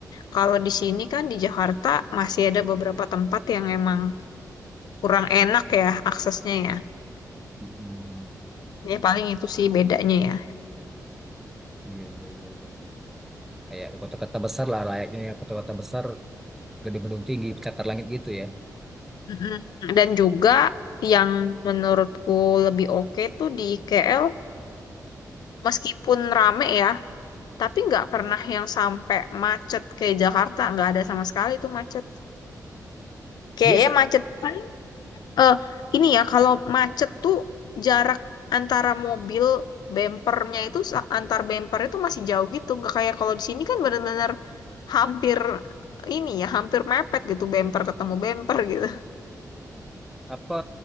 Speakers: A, on the left (about 80°); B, in the centre.
A: Kalau di sini kan di Jakarta masih ada beberapa tempat yang emang kurang enak ya aksesnya ya.
B: Mm-mm, gitu.
A: Ya paling itu sih bedanya ya.
B: Iya, iya, iya, iya. iya. Kayak di kota-kota besar lah layaknya ya kota-kota besar gedung-gedung tinggi pencakar langit gitu ya.
A: Mm-mm. Dan juga yang menurutku lebih oke tuh di KL meskipun rame ya, tapi nggak pernah yang sampai macet kayak Jakarta, nggak ada sama sekali tuh macet. Kayaknya
B: Dia se-
A: macet paling Eh, ini ya, kalau macet tuh jarak antara mobil bempernya itu sa- antar bemper itu masih jauh gitu. Nggak kayak kalau di sini kan benar-benar hampir ini ya, hampir mepet gitu bemper ketemu bemper gitu.
B: apa